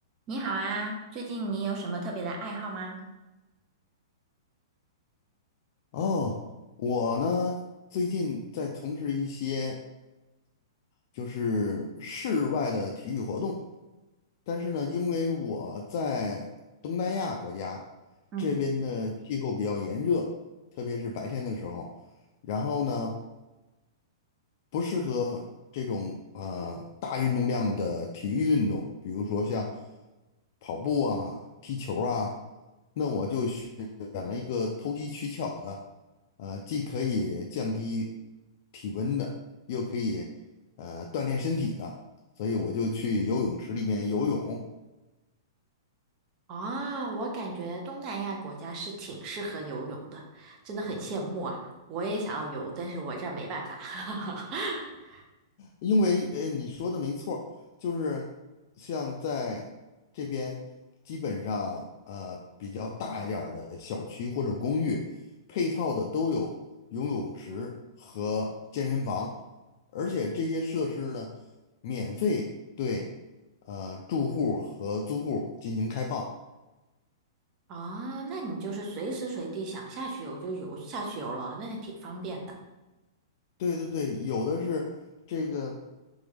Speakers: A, on the right; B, on the left.
A: 你好啊，最近你有什么特别的爱好吗？
B: 哦，我呢最近在从事一些就是室外的体育活动，但是呢，因为我在东南亚国家这边的气候比较炎热，
A: 嗯，
B: 特别是白天的时候，然后呢。不适合这种呃大运动量的体育运动，比如说像跑步啊、踢球啊，那我就选了一个投机取巧的，呃，既可以降低体温的，又可以呃锻炼身体的，所以我就去游泳池里面游泳。
A: 啊，我感觉东南亚国家是挺适合游泳的，真的很羡慕啊！我也想要游，但是我这儿没办法。<laughs>
B: 因为呃，你说的没错儿就是像在这边，基本上呃比较大一点儿的小区或者公寓，配套的都有游泳池和健身房，而且这些设施呢，免费对呃住户和租户进行开放。
A: 啊，那你就是随时随地想下去游就游下去游了，那还挺方便的。
B: 对对对，有的是这个